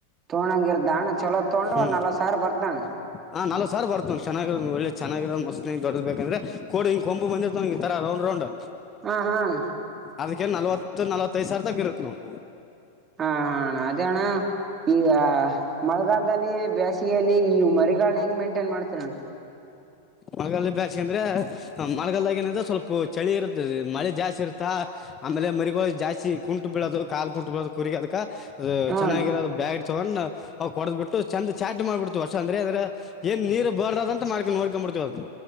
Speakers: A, on the right (about 25°); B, on the left (about 25°).
A: ತೊೊಂಡಂಗ ಇರ್ದ ಅಣ್ಣ ಚಲೋ ತೊೊಂಡ್ರ
B: ಹ್ಮ್
A: ಒ್ ನಲ್್ ಸಾರ್ ಬರ್ದಣ್ಣ.
B: ಹಾ ನಾಲ್ಕ ಸರ್ ಬರ್ತವ್ ಚನ್ನಾಗಿ ಒೆ ಚೆನ್ನಾಗಿರೋ ಮತ್ ದೊಡರ್ಬೇಕಂದ್ರೆ ಕೋ ಹಿಂಗ ಕೊಂಬ ಬಂದಿತವ. ತರ ರೌಂಡ್ ರೌಂಡ್.
A: ಹಾ ಹಾ ಅಣ್ಣ
B: ಅದಕ್ಕೆ ನಲ್ವತ್ತು ನಲ್ವತ್ತೈದ್ ಸಾವರದಾಗ ಇರುತ್ತತ್ ನವು.
A: ಹಾ ಹಣ್ಣ ಅದೇಣ್ಣ ಈಗ ಮಳೆಗಾಲದಲ್ಲಿ ಬೇಸ್. ಲ್ಲಿ ಈ ಮರಿಗಳ ಹೆಂಗ್ ಮೇಂಟೈನ್ ಮಾಡ್ತೇ ನು.
B: ಮಗಾಲ ಬ್ಯಿ ಅಂದ್ರೆ ಮಾರ್ಗಲ್ದಾಗ ಏನಂದ್ರೆ ಸ್ವಲ್ಪ ಚಳಿ ಇರುತ್ತ ಮಳೆ ಜಾಸ್ತಿ ಇರುತ್ತಾ. ಆಮೇಲೆ ಮರಿಗೋ ಜಾಸ್ತಿ ಕುಂಟು ಬೀಳೋದು ಕಾಲು ಕುಂಟು ಬೀೋದು ಕುರಿಗೆಗ ಅದಕ ಅದು
A: ಹಾ
B: ಚೆನ್ನಾಗಿರೋದು
A: ಅಣ್ಣ
B: ಬ್ಯಾಗ. ತಗೊಂಡ್ ಅವು ಕೊಡದ್ ಬಿಟ್ಟು ಚಂದ ಚಾಟ್ಿ ಮಾಡ್ಬಿಡ್ತ ವರ್ಷಂದ್ರ ಅಂದ್ರೆ ಏನ್ ನೀರ್ ಬರ್ದ ಅಂತ ಮಾಡ್ಕೊಂಡ ನೋ. ಮಾಡ್ತ ಹ್ೀಿ.